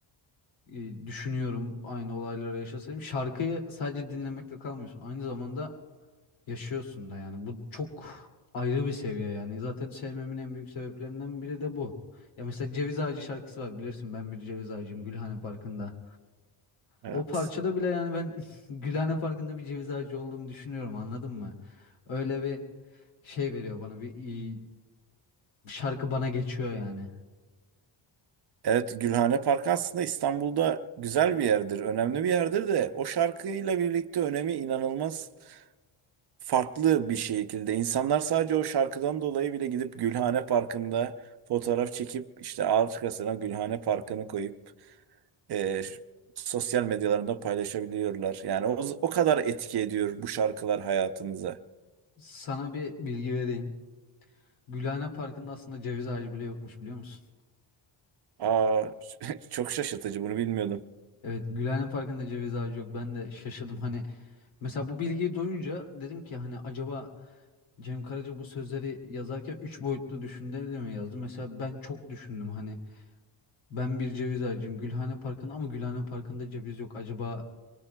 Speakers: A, on the left; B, on the right.
A: E, Düşünüyorum aynı olayları yaşasaydım. Şarkıyı sadece dinlemekle kalmıyorsun. Aynı zamanda Yaşıyorsun da yani. Bu çok ayrı bir seviye yani. Zaten sevmemin en büyük sebeplerinden biri de bu. Ya mesela Ceviz Ağacı şarkısı var bilirsin ben bir ceviz ağacıyım Gülhane Parkı'nda.
B: Evet.
A: O parçada bile yani ben <laughs> Gülhane Parkı'nda bir ceviz ağacı olduğumu düşünüyorum anladın mı? Öyle bir şey veriyor bana bir iyi- şarkı bana geçiyor yani.
B: Evet Gülhane Parkı aslında İstanbul'da güzel bir yerdir, önemli bir yerdir de o şarkıyla birlikte önemi inanılmaz farklı bir şekilde. İnsanlar sadece o şarkıdan dolayı bile gidip Gülhane Parkı'nda fotoğraf çekip işte arkasına Gülhane Parkı'nı koyup e, sosyal medyalarında paylaşabiliyorlar. Yani o, o kadar etki ediyor bu şarkılar hayatımıza.
A: Sana bir bilgi vereyim. Gülhane Parkı'nda aslında ceviz ağacı bile yokmuş biliyor musun?
B: Aa, <laughs> çok şaşırtıcı bunu bilmiyordum.
A: Evet Gülhane Parkı'nda ceviz ağacı yok. Ben de şaşırdım hani Mesela bu bilgiyi duyunca dedim ki hani acaba Cem Karaca bu sözleri yazarken üç boyutlu düşündü de mi yazdı? Mesela ben çok düşündüm hani ben bir ceviz ağacıyım Gülhane Parkı'nda ama Gülhane Parkı'nda ceviz yok. Acaba